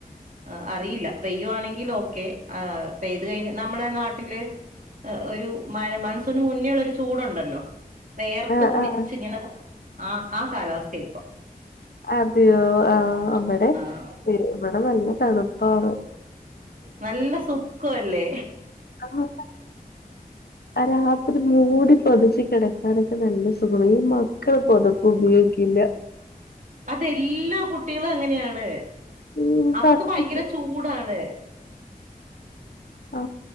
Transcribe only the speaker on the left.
ആഹ്
ആഹ്
അതെയോ ആ അവിടെ
ഇവിടെ നല്ല തണുപ്പാണ്.
ആ ആ രാത്രി മൂടി പൊതച്ച് കിട ക്കാനൊക്കെ നല്ല സുഖാണ്. ഈ മക്കള് പൊതപ്പ് ഉപയോഗിക്കില്ല.
ഉം
തട്ടി
ആ